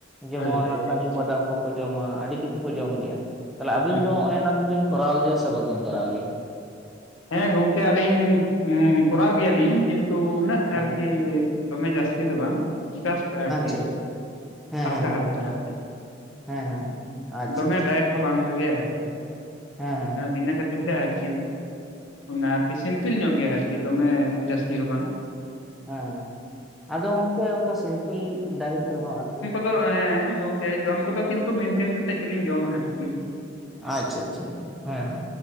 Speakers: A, in the centre; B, on the left.
A: ᱡᱮᱢᱚᱱ
B: ᱦᱳᱭ ᱦᱳᱭ ᱦᱳᱭ
A: ᱠᱟᱡᱩ ᱵᱟᱫᱟᱢ ᱠᱚ ᱠᱚ ᱡᱚᱢᱟ ᱟᱹᱰᱤ ᱠᱤᱪᱷᱩ ᱠᱚ ᱡᱚᱢ ᱜᱮᱭᱟ ᱛᱟᱦᱚᱞᱮ ᱟᱹᱵᱤᱱ
B: ᱦᱳᱭ
A: ᱫᱚ ᱚᱱᱮ ᱚᱱᱟ ᱠᱚᱵᱮᱱ ᱠᱚᱨᱟᱣ ᱜᱮᱭᱟ ᱥᱮ ᱵᱟᱵᱤᱱ ᱠᱚᱨᱟᱣ ᱜᱮᱭᱟ᱾
B: ᱦᱮᱸ ᱜᱚᱝᱠᱮ ᱟᱹᱞᱤᱧ ᱠᱚᱨᱟᱣ ᱜᱮᱭᱟᱞᱤᱧ ᱠᱤᱱᱛᱩ ᱩᱱᱟᱹᱜ
A: ᱦᱮᱸ
B: ᱟᱨᱠᱤ ᱫᱚᱢᱮ ᱡᱟᱹᱥᱛᱤ ᱫᱚ ᱵᱟᱝ ᱡᱟᱥᱴ ᱟᱨ ᱠᱤ᱾
A: ᱪᱮᱫ ᱦᱮᱸ
B: ᱦᱟᱞᱠᱟ
A: ᱦᱮᱸ ᱦᱮᱸ
B: ᱦᱟᱞᱠᱟ ᱟᱨᱠᱤ᱾
A: ᱦᱮᱸ ᱦᱮᱸ ᱦᱮᱸ ᱟᱪᱪᱷᱟ
B: ᱫᱚᱢᱮ
A: ᱟᱪᱪᱷᱟ
B: ᱰᱟᱭᱮᱴ ᱦᱚᱸ ᱵᱟᱝ ᱵᱷᱟᱜᱮᱭᱟ ᱟᱨᱠᱤ
A: ᱦᱮᱸ ᱦᱮᱸ
B: ᱤᱱᱟᱹ ᱠᱷᱟᱹᱛᱤᱨ ᱛᱮ ᱟᱨᱠᱤ᱾ ᱚᱱᱟ ᱟᱨᱠᱤ ᱥᱤᱢᱯᱤᱞ ᱧᱚᱜ ᱜᱮᱭᱟ ᱟᱨᱠᱤ ᱫᱚᱢᱮ ᱡᱟᱹᱥᱛᱤ ᱦᱚᱸ ᱵᱟᱝ᱾
A: ᱦᱮᱸ ᱟᱫᱚ ᱜᱚᱝᱠᱮ ᱚᱱᱠᱟ ᱥᱤᱢᱯᱤᱞ ᱰᱟᱭᱮᱴ ᱨᱮᱦᱚᱸ ᱟᱨᱠᱤ
B: ᱫᱚ ᱦᱮᱸ ᱦᱮᱸ ᱜᱚᱝᱠᱮ ᱡᱚᱢ ᱠᱚᱫᱚ ᱠᱤᱱᱛᱩ ᱢᱮᱱᱴᱮᱱ ᱠᱟᱛᱮᱜ ᱜᱮᱞᱤᱧ ᱡᱚᱢᱟ ᱟᱨᱠᱤ᱾
A: ᱟᱪᱪᱷᱟ ᱟᱪᱪᱷᱟ ᱦᱮᱸ ᱦᱮᱸ